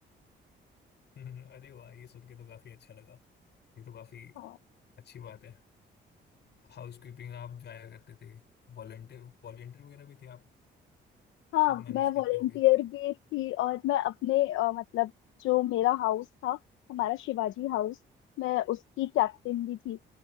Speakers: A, on the left; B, on the left.
A: <laughs> अरे वाह ये सुन के तो काफ़ी अच्छा लगा ये तो काफ़ी
B: हाँ
A: अच्छी बात है हाउस कीपिंग आप जाया करते थे वॉलंटियर वॉलंटियर वगैरह भी थे आप
B: हाँ
A: सब मैनेज
B: मैं
A: करते
B: वॉलेंटियर
A: होगे
B: भी थी और मैं अपने अ, मतलब जो मेरा हाउस था हमारा शिवाजी हाउस मैं उसकी कैप्टन भी थी